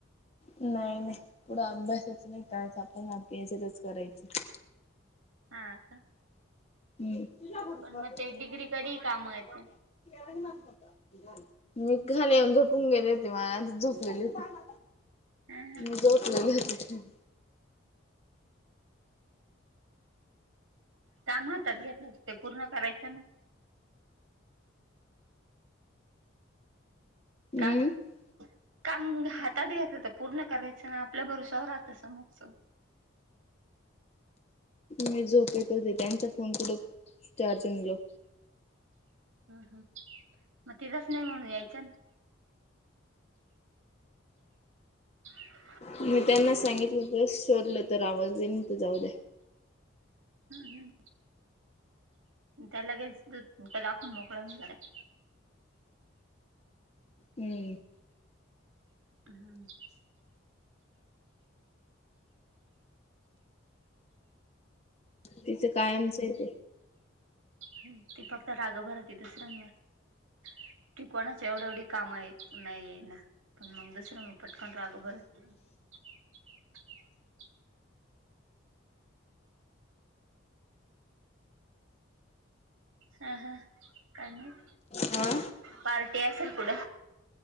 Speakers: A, on the left; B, on the right.
A: नाही नाही पुढं अभ्यासच नाही करायच आपण याच तरच करायच.
B: हा का.
A: <inaudible>
B: पण मग ते डिग्री कधी कामं येते.
A: मी घरी येऊन झोपून गेले होते मला झोपलेली होती.
B: ह
A: मी झोपलेलं होते तेव्हा.
B: काम हातात घेतलं ते पूर्ण करायचं ना. <inaudible>
A: हम्म
B: का ग का हातात घ्याेतलं तर? पूर्ण करायचं ना आपल्या भरवश्यावर राहत समोर च.
A: मी झोप येत होते त्यांचा फोन कुड चार्जंग लाऊ.
B: हम् हम् मग तिघांसानी म्हणू यायच. <inaudible>
A: मी त्यांना सांगितलं तर शोरलं तर आवाज येईन तर जाऊ द्या.
B: हम्म हम. त्या लगेच दाखवून मोकळा होणार <inaudible> <inaudible>
A: हम्म.
B: हम्म.
A: तिथ कायमचं आहे ते.
B: ह ती फक्त राग भर तिथेच <inaudible> टिकवणाच एवढं एवढी काम आहे नाही आहे ना पण मग दुसरं मी पटकन राग भरतो. <inaudible> <inaudible> <inaudible> हा हा काय मग
A: हा
B: पार्टी असल कुड.